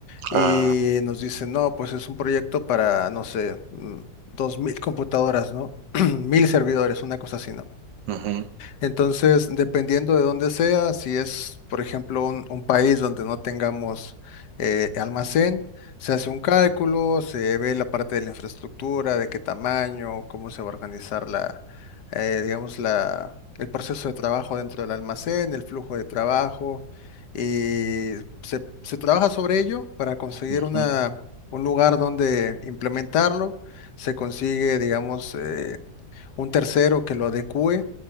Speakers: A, on the left; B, on the right.
A: y
B: Ah,
A: nos dicen, no, pues es un proyecto para, no sé, mm, dos mil computadoras, ¿no? <clears throat> Mil servidores, una cosa así, ¿no?
B: ujú,
A: Entonces, dependiendo de dónde sea, si es, por ejemplo, un, un país donde no tengamos eh, almacén, se hace un cálculo, se ve la parte de la infraestructura, de qué tamaño, cómo se va a organizar la, eh, digamos, la, el proceso de trabajo dentro del almacén, el flujo de trabajo, y se, se trabaja sobre ello para conseguir
B: ujú.
A: una, un lugar donde implementarlo. Se consigue, digamos, eh, un tercero que lo adecue